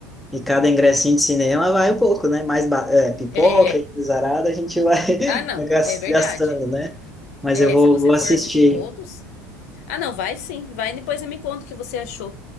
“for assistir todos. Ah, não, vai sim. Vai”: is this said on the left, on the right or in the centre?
Left